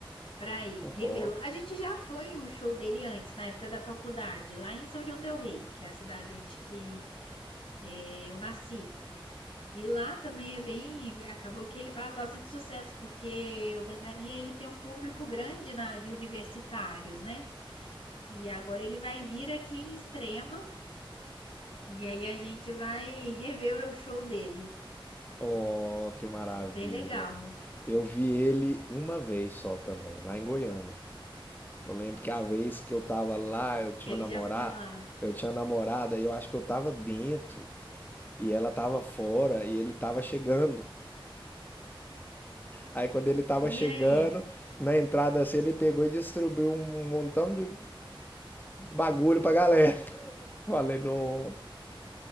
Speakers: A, on the left; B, on the left.
A: para ir
B: Ó,
A: revê-lo. A gente já foi um show dele antes, na época da faculdade, lá em São João del Rei, que é a cidade onde que é, eu nasci. E lá também é bem, acabou que ele faz bastante sucesso, porque o Ventania ele tem um público grande na, de universitários, né? E agora ele vai vir aqui em Extrema e aí a gente vai rever o show dele.
B: ó, que maravilha.
A: Bem legal.
B: Eu vi ele uma vez só também, lá em Goiânia. Eu lembro que a vez que eu tava lá, eu tinha
A: Ele
B: uma namorada,
A: já foi lá.
B: eu tinha uma namorada e eu acho que eu tava dentro e ela tava fora e ele tava chegando. Aí quando ele tava
A: E
B: chegando,
A: aí,
B: na entrada assim, ele pegou e distribuiu um montão de bagulho pra galera. <laughs> Falei, não.